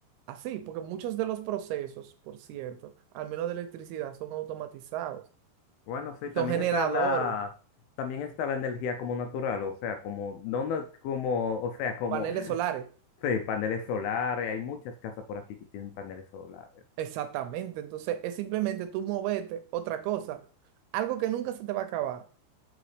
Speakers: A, on the right; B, on the left.
A: así, porque muchos de los procesos, por cierto, al menos de electricidad, son automatizados
B: bueno, sí,
A: y son
B: también
A: generadores,
B: está la, también está la energía como natural, o sea, como, no, na- como, o sea, como,
A: paneles solares.
B: sí, paneles solares, hay muchas casas por aquí que tienen paneles solares.
A: Exactamente, entonces es simplemente tú moverte, otra cosa. Algo que nunca se te va a acabar